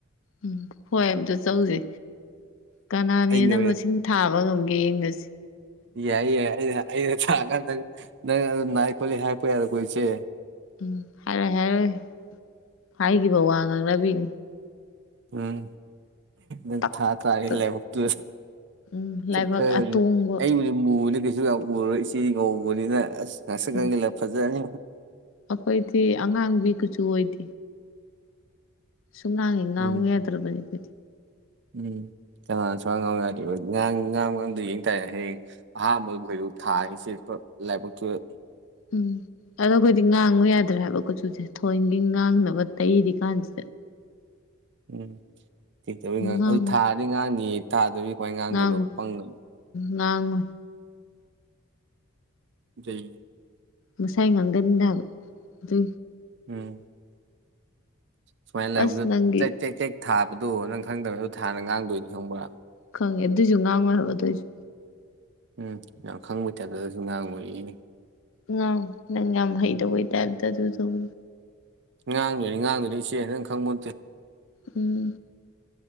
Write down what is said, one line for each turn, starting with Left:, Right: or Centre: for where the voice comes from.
Left: ꯎꯝ ꯍꯣꯏ ꯑꯝꯇ ꯆꯧꯖꯦ ꯀꯅꯥꯅ
Right: ꯑꯩꯅ
Left: ꯍꯦ
Right: ꯑꯣꯏꯅ
Left: ꯃꯁꯤꯡ ꯊꯥꯕ ꯉꯝꯒꯦ ꯌꯦꯡꯅꯖꯤ
Right: ꯌꯥꯏ ꯌꯥꯏ ꯑꯩꯅ ꯑꯩꯅ ꯊꯥꯛꯑꯀꯥꯟꯗ ꯅꯪ ꯑꯗꯨ ꯅꯥꯏ ꯈꯣꯠꯂꯤ ꯍꯥꯏꯔꯛꯄ ꯌꯥꯔꯣꯢꯀꯣ ꯏꯆꯦ
Left: ꯎꯝ ꯍꯥꯏꯔꯣꯢ ꯍꯥꯏꯔꯣꯢ ꯍꯥꯏꯈꯤꯕ ꯋꯥ ꯉꯥꯡꯅꯕꯤꯅꯤ
Right: ꯎꯝ ꯎꯝ
Left: ꯇꯛ
Right: ꯊꯥ ꯇꯥ
Left: ꯇꯛ
Right: ꯂꯩꯕꯛ ꯇꯨ
Left: ꯎꯝ ꯂꯥꯏꯕꯛ
Right: ꯈꯔ
Left: ꯑꯇꯣꯡꯕ
Right: ꯑꯩ ꯃꯨꯕꯅꯤ ꯀꯩꯁꯨꯨ ꯌꯥꯝ ꯎꯔꯔꯣ ꯏꯆꯦ ꯉꯥꯎꯕꯅꯤꯅ ꯉꯥꯛꯁꯪ ꯉꯥꯡꯖꯜꯂꯒ
Left: ꯎꯝ
Right: ꯐꯖꯔꯅꯤ
Left: ꯑꯩꯈꯣꯏꯗꯤ ꯑꯉꯥꯡꯕꯤ ꯀꯨꯆꯁꯨ ꯑꯣꯏꯗꯦ ꯁꯨꯉꯥꯡ ꯍꯦꯛ ꯉꯥꯡꯨ
Right: ꯎꯝ
Left: ꯌꯥꯗ꯭ꯔꯕꯅꯤ ꯑꯩꯈꯣꯏꯗꯤ
Right: ꯎꯝ ꯀꯅꯥ ꯁꯨꯉꯥꯡ ꯌꯥꯗ꯭ꯔꯤꯕ ꯉꯥꯡꯕ ꯉꯝꯗ ꯌꯦꯡ ꯇꯔꯅꯦ ꯍꯌꯦꯡ ꯑꯍꯥꯟꯕꯗ ꯈꯣꯏꯔꯨ ꯊꯥ ꯏꯆꯦ ꯂꯥꯏꯕꯛꯇꯨꯗ
Left: ꯎꯝ ꯑꯗꯣ ꯑꯩꯈꯣꯏꯗꯤ ꯉꯥꯡꯉꯨ ꯌꯥꯗ꯭ꯔꯥ ꯍꯥꯏꯕ ꯀꯨꯆꯨꯁꯦ ꯊꯣꯏꯒꯤ ꯉꯥꯡꯅꯕ ꯇꯩꯔꯤ ꯀꯥꯟꯁꯤꯗ <inaudible>
Right: ꯎꯝ ꯊꯤꯛꯇꯕꯩ ꯉꯥꯡ
Left: ꯉꯥꯡꯉꯨ
Right: ꯑꯗꯨ ꯊꯥꯔꯗꯤ ꯉꯥꯡꯅꯤ ꯇꯥꯗꯕꯩ ꯀꯃꯥꯏ ꯉꯥꯡꯗꯣꯏꯅꯣ
Left: ꯉꯥꯡꯉꯨ
Right: ꯄꯪꯒꯅꯣ
Left: ꯉꯥꯡꯉꯣꯏ
Right: ꯆꯩ
Left: ꯃꯁꯥꯏ ꯉꯥꯡꯒꯜꯗ ꯑꯗꯨ
Right: ꯎꯝ ꯁꯨꯉꯥꯡ ꯂꯥꯕꯛꯇ
Left: ꯑꯁ ꯅꯪꯒꯤ
Right: ꯇꯦꯛ ꯇꯦꯛ ꯊꯥꯕꯗꯣ ꯅꯪ ꯈꯪꯗꯕ ꯑꯗꯣ ꯊꯥꯅ ꯉꯥꯡꯗꯣꯏꯅꯤ ꯈꯪꯕ꯭ꯔꯥ
Left: ꯈꯪꯉꯦ ꯑꯗꯨꯑꯣꯏꯁꯨ ꯉꯥꯡꯉꯣꯏ ꯍꯥꯏꯕ ꯑꯗꯨꯏꯁꯨ
Right: ꯎꯝ ꯌꯥꯝ ꯈꯪꯕꯩ ꯇꯥꯏꯞꯇꯗꯁꯨ ꯉꯥꯡ ꯑꯣꯏꯛꯏꯅꯦ
Left: ꯉꯥꯡ ꯅꯪ ꯌꯥꯝ ꯍꯩꯗꯧꯕꯩ ꯇꯥꯏꯞꯇ ꯑꯗꯨ ꯇꯧꯕꯅꯤ
Right: ꯉꯥꯡꯗꯣꯏꯅꯤ ꯉꯥꯡꯗꯣꯏꯅꯤ ꯏꯆꯦ ꯅꯪ ꯈꯪꯄꯣꯜꯇꯦ
Left: ꯎꯝ